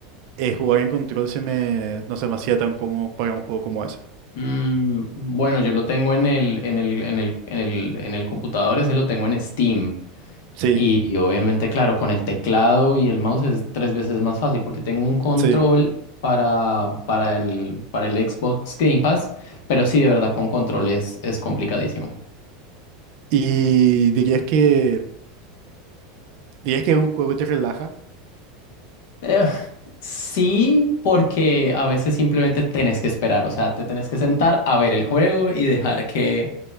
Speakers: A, on the right; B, on the left.
A: eh, jugar en control se me, no se me hacía tan cómodo para un juego como ese.
B: Mm, bueno, yo lo tengo en el, en el, en el, en el, en el computador, ese lo tengo en Steam.
A: Sí,
B: Y obviamente, claro, con el teclado y el mouse es tres veces más fácil porque tengo un control
A: sí.
B: para, para el, para el Xbox Game Pass, pero sí, de verdad, con control es, es complicadísimo.
A: Y dirías que, dirías que es un juego que te relaja.
B: Eh, sí, porque a veces simplemente tenés que esperar, o sea, te tenés que sentar a ver el juego y dejar que,